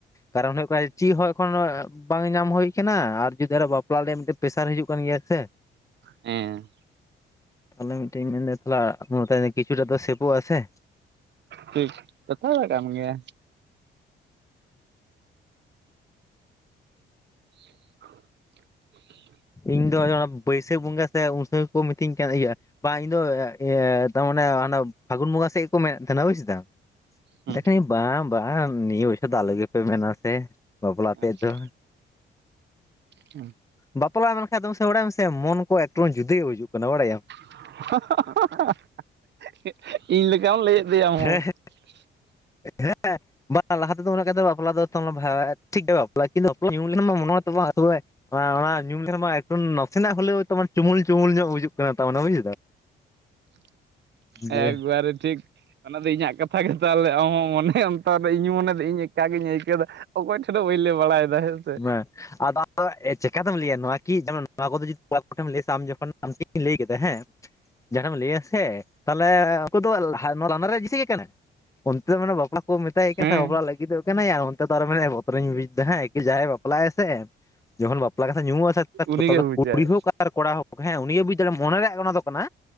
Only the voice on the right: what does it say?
ᱦᱮᱸ
ᱴᱷᱤᱠ, ᱠᱟᱛᱷᱟ ᱢᱟ ᱠᱟᱱ ᱜᱮᱭᱟ <inaudible>
ᱦᱮᱸ
ᱟᱪᱪᱷᱟ
ᱦ
<unintelligible> ᱤᱧ ᱞᱮᱠᱟᱢ ᱞᱟᱹᱭᱮᱫ ᱫᱚᱭᱟ
<inaudible>
<inaudible>
ᱮᱠᱵᱟᱨᱮ ᱴᱷᱤᱠ ᱾ ᱚᱱᱟ ᱫᱚ ᱤᱧᱟᱹᱜ ᱠᱟᱛᱷᱟ ᱜᱮ ᱾ ᱛᱟᱦᱚᱞᱮ ᱟᱢᱦᱚᱸ ᱢᱚᱱᱮ ᱚᱱᱛᱚᱨ ᱨᱮ ᱤᱧ ᱢᱚᱱᱮ ᱫᱚ ᱤᱧ ᱮᱠᱟ ᱜᱮᱧ ᱟᱹᱭᱠ ᱟᱹᱣ ᱮᱫᱟ ᱾ ᱚᱠᱚᱭ ᱴᱷᱮᱱ ᱦᱚ ᱵᱟᱹᱧ ᱞᱟᱹᱭ ᱵᱟᱲᱟᱭᱮᱫᱟ ᱦᱮᱸ ᱥᱮ ᱾
ᱦᱮᱸ
ᱩᱱᱤᱜᱮ ᱵᱩᱡᱟᱭ